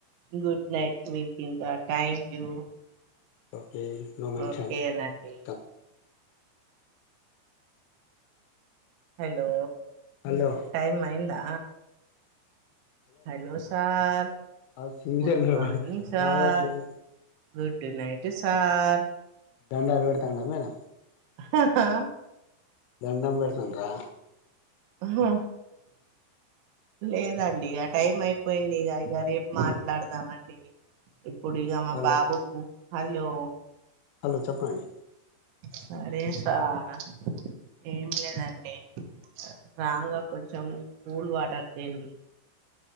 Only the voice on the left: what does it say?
okay no mention
వెల్కమ్
హలో
ఆ సీరియల్
రావట్లేదు
దండాలు పెడతాండా మేడం
దండం పెడతనరా
హలో
హలో చెప్పండి